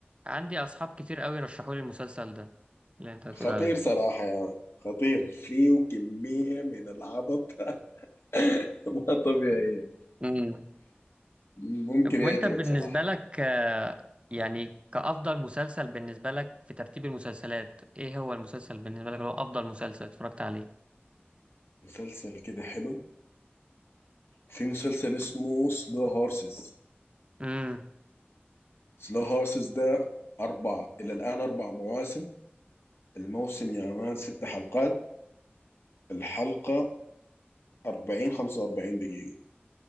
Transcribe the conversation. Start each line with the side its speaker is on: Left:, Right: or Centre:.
Right: عندي اصحاب كتير قوي رشحوا لي المسلسل ده اللي انت هتقول
Left: خطير
Right: عليه
Left: صراحة يا يعني خطير فيه كمية من العبط <laughs> ما طبيعية
Right: مم.
Left: ممكن
Right: طب
Left: يعجبك
Right: وانت بالنسبة
Left: صراحة
Right: لك آه، يعني كأفضل مسلسل بالنسبة لك في ترتيب المسلسلات ايه هو المسلسل بالنسبة لك اللي هو أفضل مسلسل اتفرجت عليه؟
Left: مسلسل كده حلو في مسلسل اسمه سلو هورسز
Right: امم
Left: سلو هورسز ده أربع إلى الآن أربع مواسم الموسم يا مان ست حلقات الحلقة 40 45 دقيقة